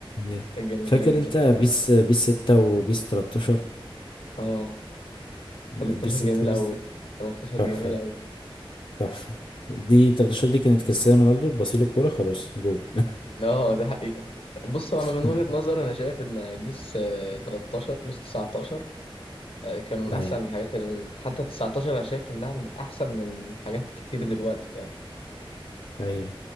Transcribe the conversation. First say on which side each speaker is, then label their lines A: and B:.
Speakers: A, on the left (about 60°); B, on the left (about 80°).
A: يا.
B: كانت جميله
A: فاكر
B: جدا
A: انت بيس بيس ستة وبيس 13
B: اه
A: آه،
B: 13
A: بيس ستة
B: جميله
A: وبيس
B: قوي 13
A: تحفة
B: جميله قوي
A: صح دي 13 دي كانت كريستيانو رونالدو بصيل الكورة خلاص جول
B: اه ده حقيقة بص
A: <laughs>
B: انا من وجهة نظري انا شايف ان بيس آه، 13 بيس 19 آه، كانوا من
A: ايوه
B: احسن الحاجات اللي نزلت حتى 19 انا شايف انها من احسن من حاجات كتير دلوقتي فاهم
A: ايوه